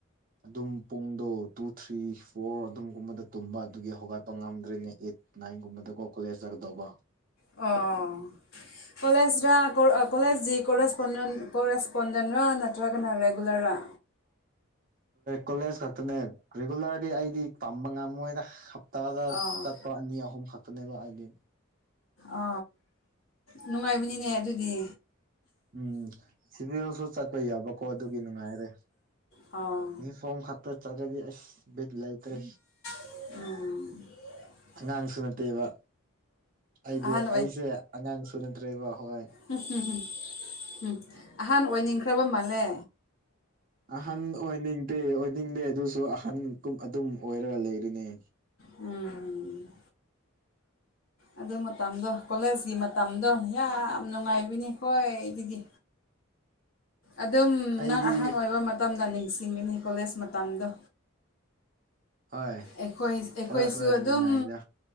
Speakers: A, on the right; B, on the left.
A: ꯑꯗꯨꯝ ꯄꯨꯡꯗꯣ ꯇꯨ ꯊ꯭ꯔꯤ ꯐꯣꯔ ꯑꯗꯨꯝꯒꯨꯝꯕꯗ ꯇꯨꯝꯕ ꯑꯗꯨꯒꯤ ꯍꯧꯒꯠꯄ ꯉꯝꯗ꯭ꯔꯦꯅꯦ ꯑꯩꯠ ꯅꯥꯏꯟꯒꯨꯝꯕꯗꯀꯣ ꯀꯣꯂꯦꯖ ꯆꯠꯒꯗꯧꯕ꯫
B: ꯑꯣ ꯀꯣꯂꯦꯖꯔ ꯀꯣꯂꯦꯖꯀꯤ ꯀꯣꯔꯦꯁꯄꯣꯟꯗꯦꯟ ꯀꯣꯔꯦꯁꯄꯣꯟꯗꯦꯟꯔ ꯅꯠꯇ꯭ꯔꯒꯅ ꯔꯦꯒꯨꯂꯔꯔꯥ?
A: ꯀꯣꯂꯦꯖ ꯈꯛꯇꯅꯦ ꯔꯤꯒꯨꯂꯔꯗꯤ ꯑꯩꯗꯤ ꯇꯝꯕ ꯉꯝꯃꯣꯏꯗ ꯇꯗ
B: ꯑꯥ
A: ꯆꯠꯄ ꯑꯅꯤ ꯑꯍꯨꯝ ꯈꯛꯇꯅꯦꯕ ꯑꯩꯗꯤ
B: ꯑ ꯅꯨꯡꯉꯥꯏꯕꯅꯤꯅꯦ ꯑꯗꯨꯗꯤ
A: ꯎꯝ ꯁꯤꯗꯁꯨ ꯆꯠꯄ ꯌꯥꯕꯀꯣ ꯑꯗꯨꯒꯤ ꯅꯨꯡꯉꯥꯏꯔꯦ
B: ꯑꯥ
A: ꯅ ꯐꯝ ꯈꯥꯛꯇ ꯆꯠꯂꯗꯤ ꯑꯁ ꯕꯤꯠ ꯂꯩꯇ꯭ꯔꯦ
B: ꯑꯥ
A: ꯑꯉꯥꯡꯁꯨ ꯅꯠꯇꯦꯕ ꯑꯩꯗꯤ
B: ꯑꯍꯥꯟ
A: ꯑꯩꯁꯦ ꯑꯉꯥꯡꯁꯨ ꯅꯠꯇ꯭ꯔꯦꯕ ꯍꯣꯏ
B: <unintelligible> ꯎꯝ ꯑꯍꯥꯟ ꯑꯣꯏꯅꯤꯡꯈ꯭ꯔꯕ ꯃꯥꯜꯂꯦ
A: ꯑꯍꯟ ꯑꯣꯏꯅꯤꯡꯇꯦ ꯑꯣꯏꯅꯤꯡꯗꯦ ꯑꯗꯨꯁꯨ ꯑꯍꯟꯀꯨꯝ ꯑꯗꯨꯝ ꯑꯣꯏꯔꯒ ꯂꯩꯔꯦꯅꯦ
B: ꯎꯝ ꯑꯗꯨ ꯃꯇꯝꯗꯣ ꯀꯣꯂꯦꯖꯀꯤ ꯃꯇꯝꯗꯣ ꯌꯥꯝ ꯅꯨꯡꯉꯥꯏꯕꯅꯤ ꯈ꯭ꯋꯥꯢꯗꯒꯤ ꯑꯗꯨꯝ
A: ꯑꯩꯗꯤ
B: ꯅꯪ ꯑꯍꯟ ꯑꯣꯏꯕ ꯃꯇꯝꯗ ꯅꯤꯡꯁꯤꯡꯒꯅꯤ ꯀꯣꯂꯦꯖ ꯃꯇꯝꯗꯣ
A: ꯍꯣꯏ
B: ꯑꯩꯈꯣꯏ ꯑꯩꯈꯣꯏꯁꯨ
A: ꯈꯔ ꯈꯔꯗꯤ
B: ꯑꯗꯨꯝ
A: ꯅꯨꯡꯉꯥꯏꯗ